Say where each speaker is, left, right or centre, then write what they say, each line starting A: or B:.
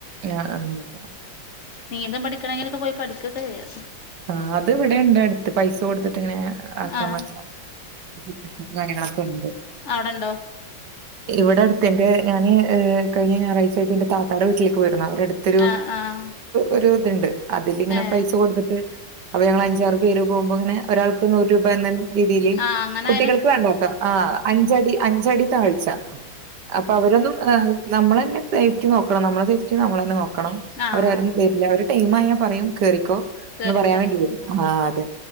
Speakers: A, on the right (about 65°); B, on the left (about 60°).
A: ആഹ്
B: നീന്തം പഠിക്കണെങ്കിലൊക്കെ പോയി പഠിക്കൊക്കെ ചെയ്യാം.
A: ആഹ് അത് ഇവിടെണ്ട് അടുത്ത് പൈസ കൊടുത്തിട്ടിങ്ങനെ ആക്കാൻ
B: ആഹ്
A: അങ്ങനത്തെ സെറ്റപ്പ് കാര്യങ്ങളൊക്കെ ഉണ്ട്.
B: അവടെണ്ടോ
A: ഇവടെ അടുത്ത്ണ്ട് ഞാന് ഈഹ് കഴിഞ്ഞ ഞായറാഴ്ച്ചായിട്ട് ന്റെ താ ക്കാടെ വീട്ടിലേക്ക് പോയിരുന്നു അവിടെ അടുത്തൊരു
B: ആഹ് ആഹ്
A: ഒരു ഇതുണ്ട് അതിലിങ്ങനെ
B: ഏഹ്
A: പൈസ കൊടുത്തിട്ട് അപ്പൊ ഞങ്ങള് അഞ്ചാറ് പേര് പോകുമ്പോ ങ്ങനെ ഒരാൾക്ക് നൂറ് രൂപ എന്ന രീതിയില്
B: ആഹ് അങ്ങനെ
A: കുട്ടികൾക്ക്
B: ആയാലും
A: വേണ്ടട്ടോ ആഹ് അഞ്ചടി അഞ്ചടി താഴ്ച അപ്പൊ അവരൊന്നും ആഹ് നമ്മളെന്നെ സേഫ്റ്റി നോക്കണം നമ്മളെ സേഫ്റ്റി നമ്മളെന്നെ നോക്കണം
B: ആഹ്
A: അവരാരും വരില്ല അവര് ടൈമായ പറയും കേറിക്കോ
B: കേറി
A: എന്ന് പറയാൻ
B: കേറി
A: വേണ്ടി വരും ആഹ് അതെ